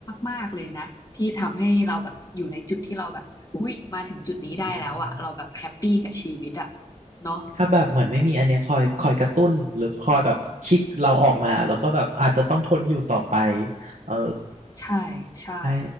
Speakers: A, on the left; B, on the right.
A: มากๆเลยนะที่ทำให้เราแบบอยู่ในจุดที่เราแบบอุ้ยมาถึงจุดนี้ได้แล้วอ่ะเราแบบแฮปปี้กับชีวิตอ่ะ
B: อืม
A: เนาะ
B: ถ้าแบบเหมือนไม่มีอันเนี้ยคอยคอยกระตุ้นหรือคอยแบบคิกเราออกมาแล้วก็แบบอาจจะต้องทนอยู่ต่อไปเออ
A: ใช่ใช่
B: ใช่